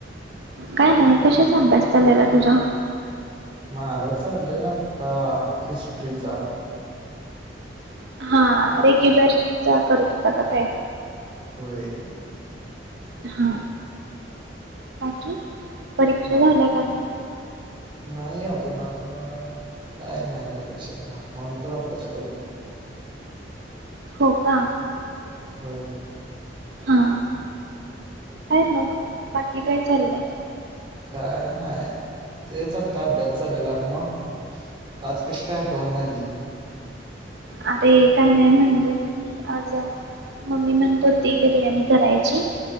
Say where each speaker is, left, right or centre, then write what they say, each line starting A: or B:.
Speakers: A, on the right; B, on the right.
A: काय नाही कशाचा अभ्यास चाललेला तूझा
B: माझा चाललेला आता हिस्ट्रीचा
A: हा हा रेगुललचा करत होता का काय?
B: होय.....
A: हा बाकी.. परिक्षा
B: बाकी
A: झाल्या का नाही?
B: नाही अजून अजून टाईम आहे परिक्षेला, म्हणून तर अभ्यास करतोय.
A: हो का....
B: होय....
A: हा काय मग बाकी काय? चाललंय..
B: काय नाय तेच आता अभ्यास चालेला मग... आज कशी काय आठवण झाली?
A: अरे काय नाय म्हटंल की आज मम्मी म्हणतं होती बिर्याणी करायची.